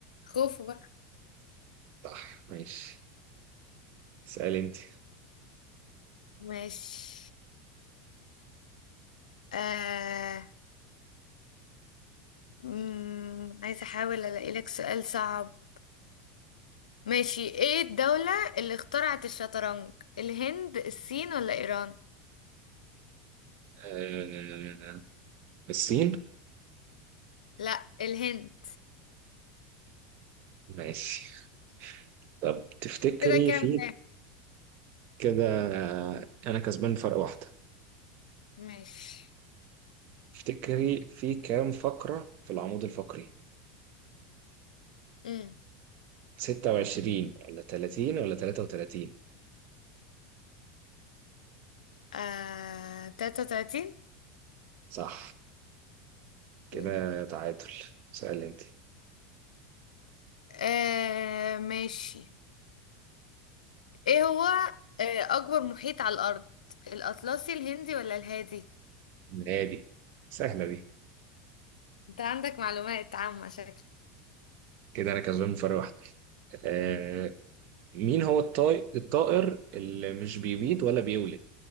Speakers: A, on the left; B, on the right.
A: خوف بقى
B: صح ماشي اسأل انت
A: ماشي آه... مم... عايزة احاول الاقي لك سؤال صعب ماشي ايه الدولة اللي اخترعت الشطرنج الهند الصين ولا ايران
B: آه، الصين
A: لا الهند
B: ماشي طب تفتكري
A: كده كام
B: في
A: كام
B: كده آه، انا كسبان فرق واحدة
A: ماشي
B: تفتكري في كام فقرة في العمود الفقري
A: امم
B: 26 ولا 30 ولا 33
A: آه... 33
B: صح كده
A: كده
B: تعادل سأل انت
A: آه ماشي ايه هو آه اكبر محيط على الارض الاطلسي الهندي ولا الهادي
B: نادي سهلة دي
A: انت عندك معلومات عامة شكلك
B: كده انا كسبان فرق واحدة آه، مين هو الطائر الطائر اللي مش بيبيض ولا بيولد